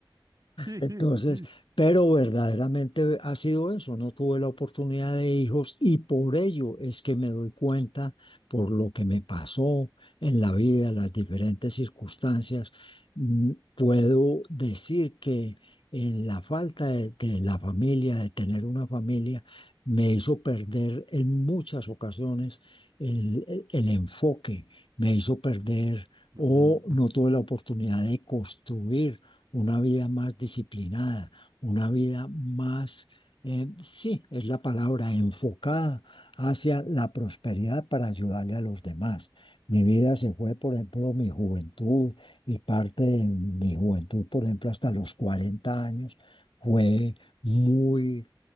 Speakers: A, on the right; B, on the left.
A: sí,
B: Entonces,
A: sí.
B: pero verdaderamente ha sido eso, no tuve la oportunidad de hijos y por ello es que me doy cuenta por lo que me pasó en la vida, las diferentes circunstancias, mm, puedo decir que en la falta de, de la familia, de tener una familia, me hizo perder en muchas ocasiones el, el el enfoque, me hizo perder o
A: Ujú.
B: no tuve la oportunidad de construir una vida más disciplinada, una vida más, eh, sí, es la palabra, enfocada hacia la prosperidad para ayudarle a los demás. Mi vida se fue, por ejemplo, mi juventud y parte de mi juventud, por ejemplo, hasta los 40 años, fue muy,